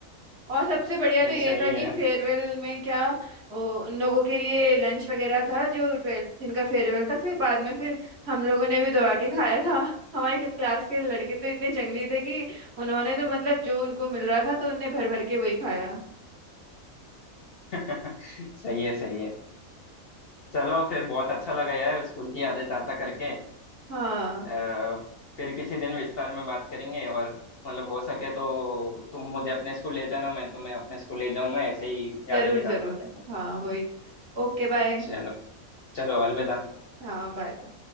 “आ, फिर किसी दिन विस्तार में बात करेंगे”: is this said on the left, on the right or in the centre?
Left